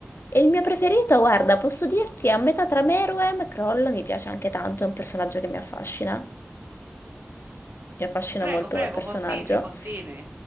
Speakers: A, on the left; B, on the right.
A: E il mio preferito, guarda, posso dirti, è a metà tra Meruem e Kroll, mi piace anche tanto, è un personaggio che mi affascina, mi affascina
B: Prego,
A: molto
B: prego,
A: come personaggio,
B: continui, continui.